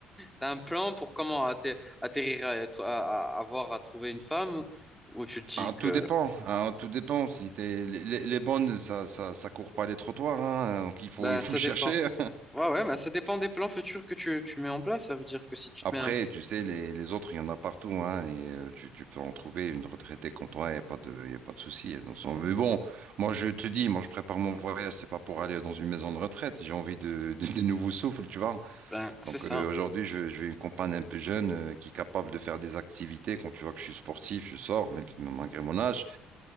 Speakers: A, in the centre; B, on the right.
A: T'as un plan pour comment atter- atterrir à, être- à- à- avoir à trouver une femme ou, ou tu te dis
B: ah,
A: que
B: tout dépend, hein, tout dépend. Si t'es, les, les- les bonnes, ça, ça, ça court pas les trottoirs, hein, donc il faut,
A: ben
B: il faut
A: ça
B: chercher.
A: dépend. Ouais ouais, mais ça dépend des plans futurs que tu, tu mets en place. Ça veut dire que si tu
B: Après,
A: te mets un
B: tu sais, les, les autres, il y en a partout, hein, et euh, tu, tu peux en trouver une retraitée comme toi, il n'y a pas de, il y a pas de souci. hein, dans son- Mais bon, moi, je te dis, moi, je prépare mon voyage, c'est pas pour aller dans une maison de retraite, j'ai envie de, <laughs> de, des nouveaux souffles, tu vois.
A: ben c'est
B: Donc,
A: ça.
B: euh, aujourd'hui, je, je vais une compagne un peu jeune, euh, qui est capable de faire des activités. Quand tu vois que je suis sportif, je sors, même si- malgré mon âge,